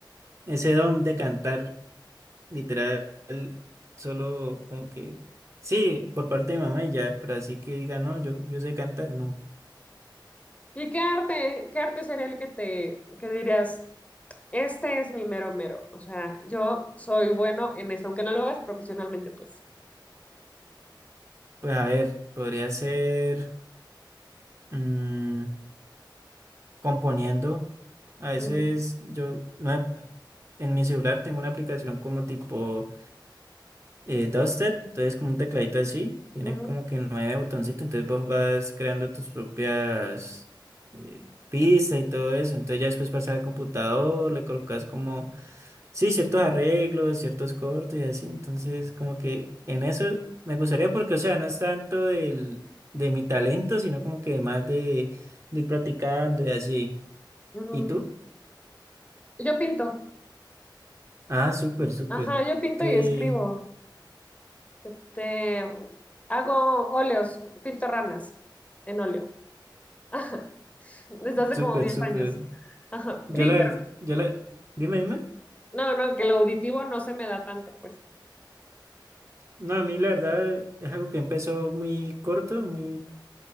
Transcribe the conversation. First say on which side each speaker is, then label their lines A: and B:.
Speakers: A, on the right; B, on the left.
A: ese don de cantar, literal, solo como que, sí, por parte de mamá y ya, pero así que diga, no, yo, yo sé cantar, no.
B: ¿Y qué arte, qué arte sería el que te, que dirías, este es mi mero mero? O sea, yo soy bueno en esto, aunque no lo hagas profesionalmente, pues.
A: Pues a ver, podría ser. mm, componiendo. A veces
B: Mm,
A: yo no he- en mi celular tengo una aplicación como tipo eh, Duster, entonces como un tecladito así, tiene
B: ujú,
A: como que nueve botoncitos, entonces vos vas creando tus propias eh, pistas y todo eso, entonces ya después pasas al computador, le colocas como, sí, ciertos arreglos, ciertos cortes y así, entonces como que en eso me gustaría porque, o sea, no es tanto del, de mi talento, sino como que más de, de ir practicando y así.
B: ujú.
A: ¿Y tú?
B: Yo pinto,
A: Ah, súper, súper.
B: ajá, yo pinto
A: Que
B: y escribo. Este, hago óleos, pinto ranas en óleo. Ajá. Desde hace
A: súper,
B: como 10
A: súper.
B: años. Ajá.
A: Yo
B: Sí,
A: la verdad,
B: pero
A: yo la, dime, dime.
B: no, no, que lo auditivo no se me da tanto, pues.
A: No, a mí la verdad es algo que empezó muy corto, muy,